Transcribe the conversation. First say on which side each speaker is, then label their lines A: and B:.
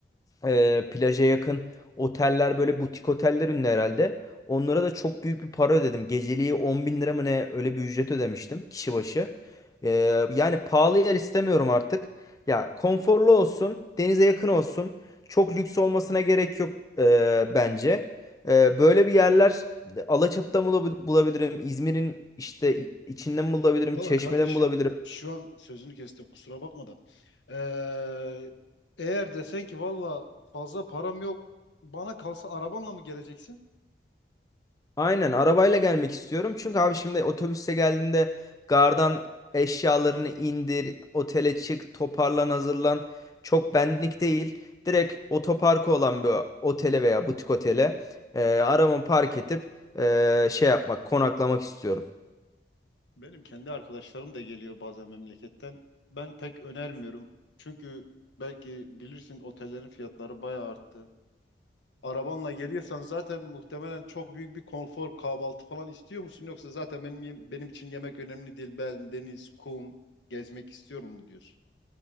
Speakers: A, on the left; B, on the left.
A: e, plaja yakın oteller böyle butik oteller ünlü herhalde. Onlara da çok büyük bir para ödedim. Geceliği 10 bin lira mı ne öyle bir ücret ödemiştim kişi başı. E, yani pahalı yer istemiyorum artık. Ya konforlu olsun, denize yakın olsun. Çok lüks olmasına gerek yok e, bence. E, böyle bir yerler Alaçatı'da mı bulabil- bulabilirim? İzmir'in işte i- içinde mi bulabilirim?
B: Valla
A: Çeşme'de
B: kardeşim
A: mi bulabilirim?
B: şu an sözünü kestim kusura bakma da. Ee, eğer desen ki valla fazla param yok bana kalsa arabanla mı geleceksin?
A: Aynen arabayla gelmek istiyorum. Çünkü abi şimdi otobüste geldiğimde gardan eşyalarını indir, otele çık, toparlan, hazırlan. Çok benlik değil. Direkt otoparkı olan bir otele veya butik otele e, arabamı park edip e, şey yapmak, konaklamak istiyorum.
B: Benim kendi arkadaşlarım da geliyor bazen memleketten. Ben pek önermiyorum. Çünkü belki bilirsin otellerin fiyatları bayağı arttı. Arabanla geliyorsan zaten muhtemelen çok büyük bir konfor, kahvaltı falan istiyor musun? Yoksa zaten benim yem- benim için yemek önemli değil. Ben deniz, kum, gezmek istiyorum mu diyorsun?